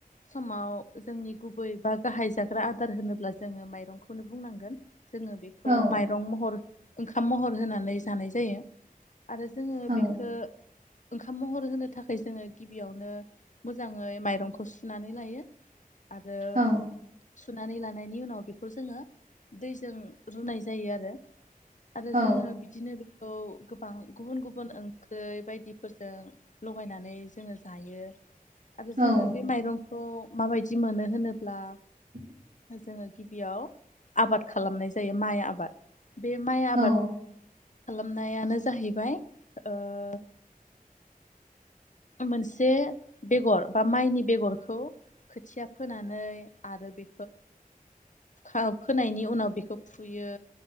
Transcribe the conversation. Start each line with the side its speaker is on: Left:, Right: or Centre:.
Left: समाव जोंनि गुबै बा गाहाय जाग्रा आदार होनोब्ला जोङो माइरंखौनो बुंनांगोन। जोङो बेखौ
Right: औ
Left: माइरं महर ओंखाम महर होनानै जानाय जायो। आरो जोङो
Right: औ
Left: बेखो ओंखाम महर होनो था खाय जोङो गिबियावनो मोजाङै माइरंखौ सुनानै लायो। आरो
Right: औ
Left: सुनानै लानायनि उनाव बेखौ जोङो दैजों रुनाय जायो आरो। आरो
Right: औ
Left: जोङो बिदिनो बेखौ गोबां गुबुन गुबुन ओंख्रै बायदिफोरजों लगायनानै जोङो जायो। आरो
Right: औ
Left: जोङो बे माइरं खौ माबायदि मोनो होनोब्ला
Right: <inaudible>
Left: जोङो गिबियाव आबाद खालामनाय जायो माइ आबाद। बे माइ आबाद
Right: औ
Left: खालामनायानो जाहैबाय ओ मोनसे बेगर बा माइनि बेगरखौ खोथिया फोनानै आरो बे खौ फोनायनि उनाव बेखौ फुयो